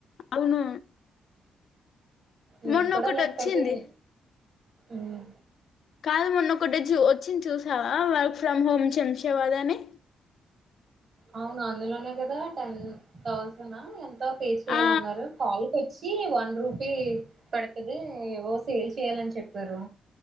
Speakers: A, on the left (about 70°); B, on the right (about 55°).
A: అవును
B: నేను
A: మొన్న
B: కూడా
A: ఒకటి
B: లెఫ్ట్
A: వచ్చింది
B: అయిపోయ్ న ఉమ్
A: కాదు మొన్న ఒకటే వచ్ వచ్చింది చూసావా వర్క్ ఫ్రమ్ హోమ్ చెమ్సేవాదని
B: అవును అందులోనే కదా టెన్ థౌసనా ఎంత పే చేయాలన్నారు
A: ఆ
B: కాల్కోచ్ సి వన్ రూపీ పడుతది ఎవో సేల్ చేయాలని చెప్పారు